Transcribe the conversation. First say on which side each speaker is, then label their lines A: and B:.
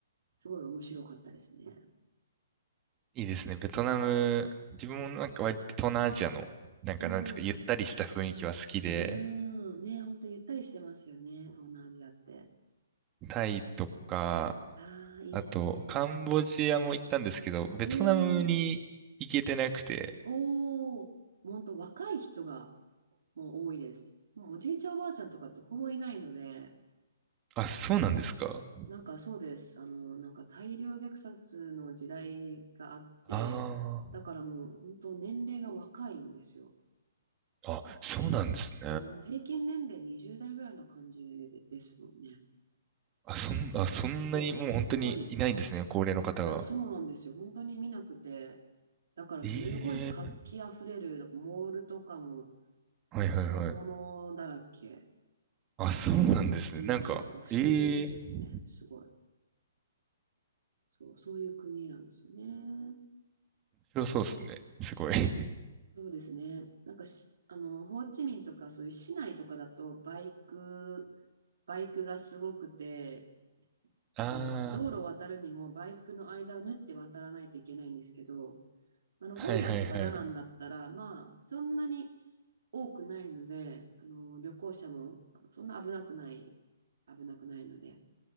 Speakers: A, on the right; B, on the right.
A: すごい面白かったですね。
B: いいですね。ベトナム、自分もなんか割と東南アジアの、なんかなんですか、
A: おお、
B: ゆったりした雰囲気は好きで、
A: うん、ね、ほんとゆったりしてますよね、東南アジアって。
B: タイとか、
A: ああ、いいですね、
B: あと、
A: タイ。
B: カンボジアも行ったんですけど、ベトナムに行けてなくて、
A: ええおお、ほんと若い人がもう多いです。もうおじいちゃんおばあちゃんとかってほぼいないので、
B: あ、そうなんですか
A: そうなんかそうです。あの、なんか大量虐殺の時代があって、
B: あ
A: だからもう本当年齢が若いんですよ。
B: ああ、そうなんですね。
A: もうもう平均年齢20代ぐらいな感じでですもんね。
B: あ、そん、あ、そんなにもう本当にいないんですね、
A: そう、すごい。
B: 高齢の方が。
A: だ、そうなんですよ。本当に見なくて。だからすごい活気あふれる、
B: ええ
A: だからモールとかも
B: はいはいはい。
A: 若者だらけ。
B: あ、そうなんですね。
A: うん、
B: なんか、
A: なんか不思議ですね。
B: ええ面
A: すごい。そう、そういう国なんですよね。うん
B: 白そうですね。すごい。
A: そうですね。なんかし、あの、ホーチミンとかそういう市内とかだとバイク、バイクがすごくて、
B: <laughs> あ
A: で道路を渡るにもバイクの間を縫って渡らないといけないんですけど、あの、
B: あ、
A: ホイアンとかダナンだったら、
B: はいはいはい。
A: まあ、そんなに多くないので、あの、旅行者もあのそんな危なくない、危なくないので、